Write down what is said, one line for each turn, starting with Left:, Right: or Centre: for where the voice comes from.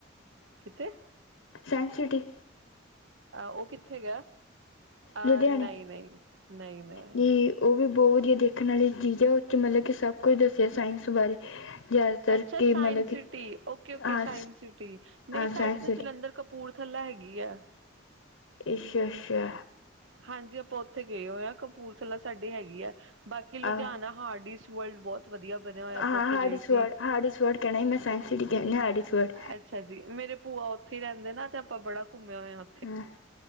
Right: ਕਿੱਥੇ?
Left: ਸਾਇੰਸ ਸਿਟੀ,
Right: ਉਹ ਕਿੱਥੇ ਗਿਆ ਅਹ
Left: ਲੁਧਿਆਣੇ
Right: ਨਹੀਂ ਨਹੀਂ, ਨਹੀਂ ਨਹੀਂ।
Left: ਜੀ ਉਹ ਵੀ ਬਹੁਤ ਵਧੀਆ ਦੇਖਣ ਵਾਲੀ ਚੀਜ਼ ਐ ਉਹ 'ਚ ਮਤਲਬ ਕਿ ਸਭ ਕੁਛ ਦੱਸਿਆ ਸਾਇੰਸ ਬਾਰੇ ਜ਼ਿਆਦਾਤਰ
Right: ਅੱਛਾ,
Left: ਕਿ
Right: ਸਾਇੰਸ
Left: ਮਤਲਬ ਕਿ
Right: ਸਿਟੀ ਓਕੇ ਓਕੇ
Left: ਹਾਂ
Right: ਸਾਇੰਸ ਸਿਟੀ ਨਹੀਂ
Left: ਹਾਂ
Right: ਸਾਡੇ
Left: ਸਾਇੰਸ
Right: ਇੱਥੇ
Left: ਸਿਟੀ
Right: ਜਲੰਧਰ ਕਪੂਰਥਲਾ ਹੈਗੀ ਆ
Left: ਅੱਛਾ-ਅੱਛਾ
Right: ਹਾਂਜੀ ਆਪਾਂ ਉੱਥੇ ਗਏ ਹੋਏ ਹਾਂ ਕਪੂਰਥਲਾ ਸਾਡੀ ਹੈਗੀ ਆ ਬਾਕੀ ਲੁਧਿਆਣਾ
Left: ਆਹੋ
Right: ਹਾਰਡ ਵਰਲਡ ਬਹੁਤ ਵਧੀਆ ਬਣਿਆ ਹੋਇਆ
Left: ਹਾਂ
Right: ਆਪਾਂ ਉੱਥੇ
Left: ਹਾਰਡਿਸ
Right: ਗਏ ਸੀ।
Left: ਵਰਡ ਹਾਰਡਿਸ ਵਰਡ ਕਹਿਣਾ ਸੀ, ਮੈਂ ਸਾਇੰਸ ਸਿਟੀ ਕਹਿੰਦੇ ਹਾਰਡਿਸ ਵਰਡ
Right: ਅੱਛਾ ਜੀ, ਮੇਰੇ ਭੂਆ ਉੱਥੇ ਰਹਿੰਦੇ ਤੇ ਆਪਾਂ ਬੜਾ ਘੁੰਮੇ ਹੋਏ ਆ,
Left: ਹਾਂ